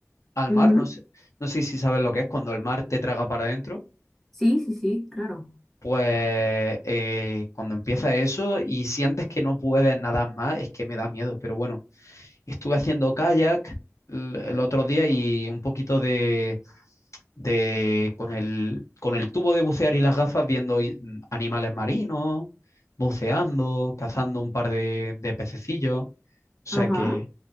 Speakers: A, on the left (about 65°); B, in the centre.
A: al
B: ujú.
A: mar. No sé, no sé si sabes lo que es cuando el mar te traga para adentro.
B: Sí, sí, sí, claro.
A: pues eh, cuando empieza eso y sientes que no puedes nadar más, es que me da miedo. Pero bueno, estuve haciendo kayak el, el otro día y un poquito de, de con el, con el tubo de bucear y las gafas viendo i- animales marinos, buceando, cazando un par de, de pececillos. O sea
B: Ajá.
A: que,